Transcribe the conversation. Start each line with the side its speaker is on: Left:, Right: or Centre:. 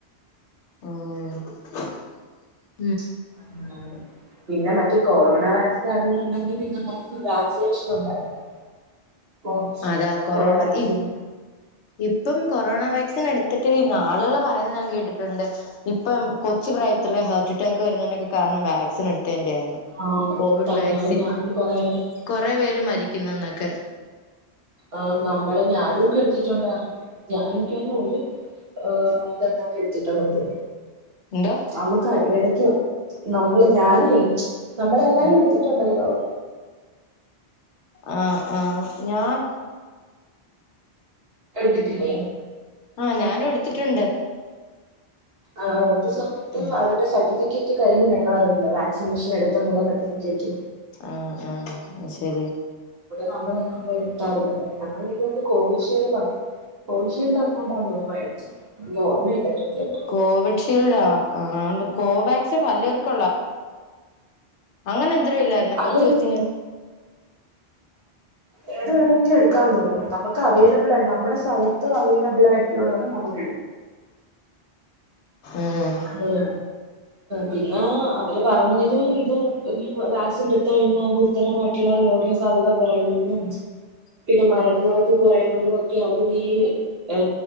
Left: ആഹ.
Right: <unintelligible> പിന്നെ മറ്റ കൊറോണ വാക്സിൻന്നണ്ടെങ്കിൽ പിന്നെ നമുക്ക് വാക്സിനേഷൻ ഉണ്ടായിരുന്നു <unintelligible>
Left: അതാ കൊറോണ
Right: കോവാക്സിൻ
Left: ഇ ഇപ്പം കൊറോണ വാക്സിൻ എടുത്തിട്ട്ഈ നാളുകൾ പറയുന്നത് ഞാൻ കേട്ടിട്ടുണ്ട് ഇപ്പം കൊച്ചു....... ഇ ഹാർട്ട് അറ്റാക്ക് വരുന്നതിനൊക്കെ കാരണം വക്സിൻ......
Right: ആഹ്
Left: കോവിഡ്
Right: തന്നെ
Left: വാക്സിൻ
Right: അത് ഞാനും കൊറേ
Left: കൊറേ പേര് മരിക്കുന്നുനോക്കെ
Right: ആഹ നമ്മളെ ഞാനും ഒക്കെ എടുത്തിട്ടുണ്ട ഞാൻ എനി....... ഏ് അതങ്ങക്കെ എടുത്തിതുള്ളത് തോന്നുന്നു.......
Left: എന്തോ
Right: നമുക്ക് ഇടക്കോ നമ്മള് ഞാന........ നമ്മളെല്ലാരും
Left: ഉം
Right: എടുത്തിട്ടുണ്ടല്ലോ.,.....
Left: ആഹ ആഹ ഞാൻ.......
Right: ട്ടില്ലേ..........
Left: ആഹ ഞാനും എടുത്തിട്ടുണ്ട്.
Right: ആ ഒരു സമയത്തും
Left: ഉം
Right: അന്റെ സർട്ടിഫിക്കറ്റ്.......... കയ്യി കാണമായിറുന്നില്ല വാസിനേഷൻ എടുത്തുള്ള സർട്ടിഫിക്കറ്റ്......
Left: ആഹ ആഹ ശരി.......
Right: നമ്മള പോ എടുത്താറുന്നല്ല ഞങ്ങ എ കോവിഷീൽഡ...... പോശ്യണ്ട <unintelligible> ഓർമ്മയില്ല കൃത്യായിട്ട്
Left: കോവിഷീൽഡ ആ ആ...... കോവാക്സിൻ <unintelligible> ല്ലാരന
Right: അല്ലടി
Left: കൊച്ചുച്ചി......
Right: ഏത് വേണമെങ്കിലും എടുക്കാൻ തോന്നുന്നു നമു........ അവൈലബിൾ ആണ് നമ്മുടെ സ്മഹത്ത് അവൈലബിൾ ആയിട്ടുള്ളത് നമുക
Left: ഉം
Right: അങ്ങനെയ പിന്നെ അവര് പറഞ്ഞരും ഇതും വാക്സിൻ...... കഴിഞ്ഞ ഗുരുതരമായിട്ടുള്ള രോഗ സാധ്യത കുറയുന്നു....... പിന്നെ മരണ നിറക്ക് കുറയുന്നൊക്കെയാണ് പിന്നെ ഈ ഏ